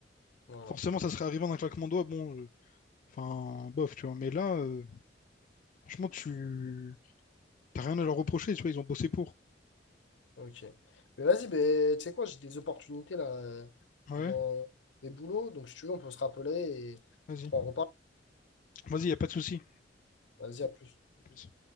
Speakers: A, on the left; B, on the left.
A: voilà.
B: Forcément, ça serait arrivé en un claquement de doigts, bon, euh, enfin, bof, tu vois, mais là, euh, franchement, tu, t'as rien à leur reprocher, tu vois, ils ont bossé pour.
A: Ok. Mais vas-y, ben, tu sais quoi, j'ai des opportunités là euh,
B: Ouais,
A: dans des boulots. Donc, si tu veux, on peut se rappeler et
B: vas-y,
A: on pourra en reparler.
B: vas-y, y a pas de souci.
A: Vas-y, à plus.
B: À plus.